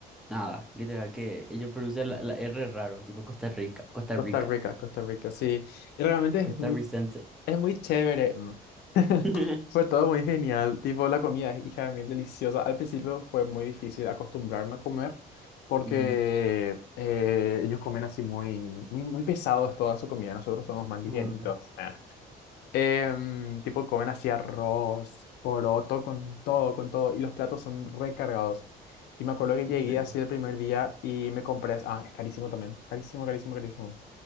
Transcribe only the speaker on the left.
Costa
Rica, Costa Rica, sí. Y realmente es
muy, es muy chévere. mm. <laughs>
Fue todo muy genial. Tipo, la comida es hija de mil deliciosa. Al principio fue muy difícil acostumbrarme a comer porque
eh, ellos comen así muy, muy, muy pesados toda su comida. Nosotros somos más livianitos.
Ah. Em, tipo, comen así arroz, poroto, con todo, con todo. Y los platos son recargados. Y me acuerdo que
llegué
así el primer día y me compré. Ah, es carísimo también. Carísimo, carísimo, carísimo.